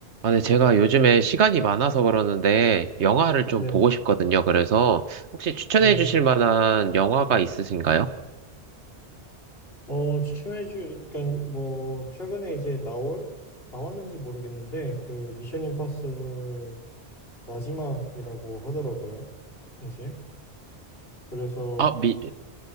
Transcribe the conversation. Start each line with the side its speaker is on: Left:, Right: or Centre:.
Right: 아, 네, 제가 요즘에 시간이 많아서 그러는데 영화를 좀
Left: 네,
Right: 보고 싶거든요. 그래서 혹시 추천해
Left: 네네.
Right: 주실 만한 영화가 있으신가요?
Left: 어, 추천해주, 그러니까 뭐 최근에 이제 나올 나왔는지 모르겠는데 그 미션 임파서블 마지막이라고 하더라고요. 이제 그래서
Right: 아, 미,